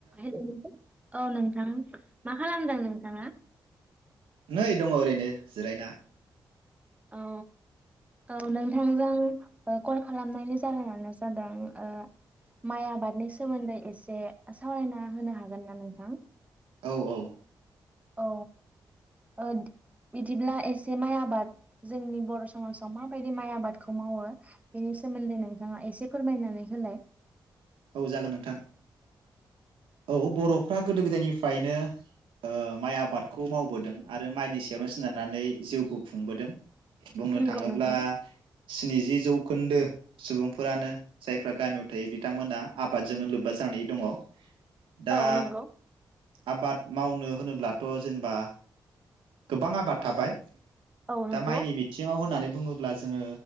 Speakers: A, on the right (about 15°); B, on the right (about 80°).
A: Hello औ नोंथां। मा खालामदों नोंथाङा?
B: नै दङ ओरैनो जिरायना।
A: औ औ नोंथांजों ओ कल खालामनायनि जाहोनानो जादों ओ माइ आबादनि सोमोन्दै एसे सावरायना होनो हागोन ना नोंथां?
B: औ औ
A: औ ओ बिदिब्ला ए से माइ आबाद जोंनि बर' समाजाव माबायदि माइ आबादखौ मावो बेनि सोमोन्दै नोंथाङा एसे फोरमायनानै होलाय?
B: औ जागोन नोंथां। औ बर'फ्रा गोदो गोदायनि फ्रायनो ओ माइ आबादखौ मावबोदों आरो माइनि सायावनो सोनारनानै जिउखौ खुंबोदों। बुंनो
A: नंगौ
B: थाङोब्ला
A: नोंथां
B: स्निजि जौखोन्दो सुबुंफोरानो जायफ्रा गामियाव थायो बि बिथांमोना आबादजोंनो लोब्बा जानानै दङ। दा
A: औ नंगौ
B: आबाद मावनो होनोब्ला थ' जेनेबा गोबां आबाद थाबाय
A: औ नंगौ
B: दा माइनि बिथिङाव होननानै बुङोब्ला जोङो